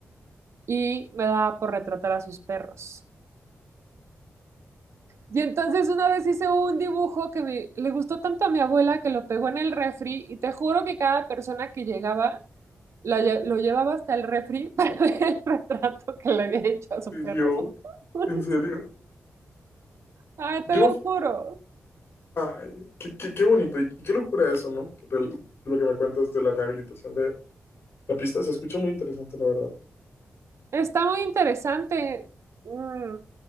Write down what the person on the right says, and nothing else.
y me daba por retratar a sus perros. Y entonces una vez hice un dibujo que me- le gustó tanto a mi abuela que lo pegó en el refri y te juro que cada persona que llegaba la lle- lo llevaba hasta el refri <laughs> para ver el retrato que le había hecho a su
perro.
<laughs>
Ay,
te lo juro.
Está muy interesante. Mm.